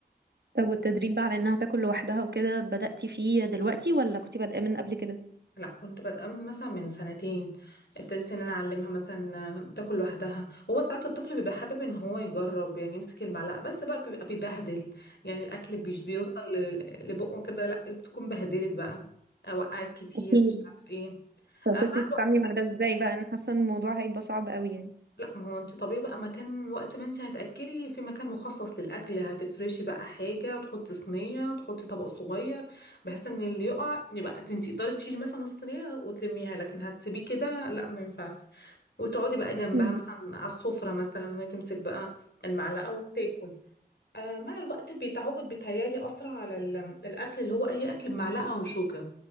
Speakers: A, on the right; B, on the left.
A: طب والتدريب بقى على انها تاكل لوحدها وكده بدأتي فيه دلوقتي ولا كنتي بادئه من قبل كده
B: لا كنت بادئه من مثلا من سنتين ابتديت ان انا اعلمها مثلا آه، تاكل لوحدها هو ساعات الطفل بيبقى حابب ان هو يجرب يعني يمسك المعلقه بس بقى بيبقى بيبهدل يعني الاكل مش بيوصل ل- لبقه كده لا بتكون بهدلت بقى آه، وقعت كتير
A: أكيد
B: مش عارف ايه
A: فكنت
B: آه، مع
A: بتتعاملي
B: الوقت
A: مع ده ازاي بقى انا حاسه ان الموضوع هيبقى صعب قوي يعني
B: لا ما هو انت طبيعي بقى مكان وقت ما انت هتاكلي في مكان مخصص للاكل هتفرشي بقى حاجه وتحطي صينيه تحطي طبق صغير بحيث ان اللي يقع يبقى انت تقدري تشيلي مثلا الصينيه وتلميها لكن هتسيبيه كده لا ما ينفعش وتقعدي بقى جنبها
A: مم.
B: مثلا على السفره مثلا وهي تمسك بقى المعلقه وتاكل آه مع الوقت بيتعود بيتهيالي اسرع على ال- الاكل اللي هو اي اكل بمعلقه وشوكه